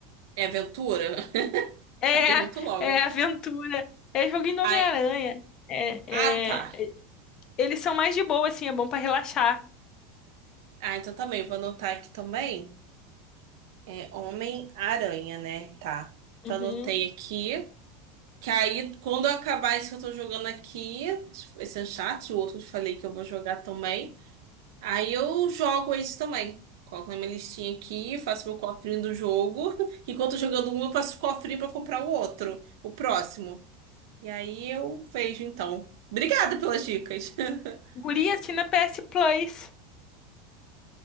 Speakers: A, on the right; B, on the left.
A: É aventura? <laughs>
B: É,
A: Já pergunto logo.
B: é aventura. É joguinho do
A: Ai,
B: Homem-Aranha. É, é...
A: ah, tá.
B: Eles são mais de boa, assim, é bom pra relaxar.
A: Ah, então também, vou anotar aqui também. É Homem-Aranha, né? Tá. Então
B: Uhum.
A: anotei aqui. Que aí, quando eu acabar isso que eu tô jogando aqui, esse Uncharted, o outro que eu falei que eu vou jogar também. Aí eu jogo isso também. Coloco na minha listinha aqui, faço meu cofrinho do jogo. <laughs> Enquanto eu tô jogando um, eu faço o cofrinho pra comprar o outro, o próximo. E aí eu vejo então. Obrigada pelas dicas. <laughs>
B: Guri assina PS Plus.